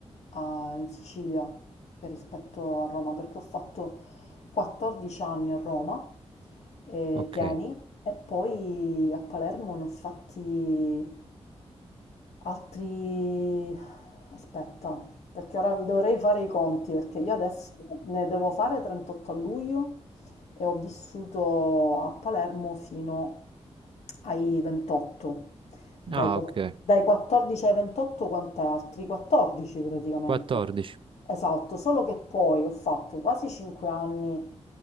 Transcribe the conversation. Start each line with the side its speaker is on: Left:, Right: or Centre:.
Left: a- in Sicilia che rispetto a Roma perché ho fatto 14 anni a Roma, eh,
Right: Ok.
Left: pieni, e poi a Palermo ne ho fatti Altri... Aspetta, perché ora vi dovrei fare i conti, perché io adesso ne devo fare 38 a luglio e ho vissuto a Palermo fino ai 28. Dai,
Right: Ah,
Left: qua-
Right: ok.
Left: dai 14 ai 28 quant'è? Altri 14 praticamente.
Right: 14,
Left: Esatto, solo che poi ho fatto quasi 5 anni